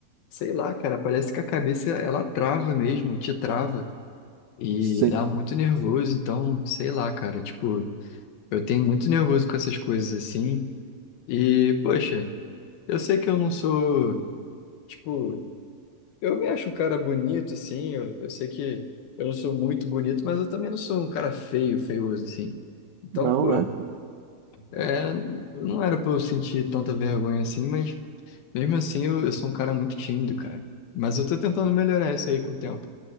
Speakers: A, on the left (about 75°); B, on the right (about 80°).
A: sei lá, cara, parece que a cabeça ela trava mesmo, te trava e
B: Sim.
A: dá muito nervoso. Então, sei lá, cara, tipo, eu tenho muito nervoso com essas coisas assim. E, poxa, eu sei que eu não sou, tipo, eu me acho um cara bonito, assim. Eu, eu sei que eu não sou muito bonito, mas eu também não sou um cara feio, feioso, assim. Então,
B: Não,
A: pô,
B: né?
A: é, não era pra eu sentir tanta vergonha assim, mas mesmo assim eu, eu sou um cara muito tímido, cara. Mas eu tô tentando melhorar isso aí com o tempo.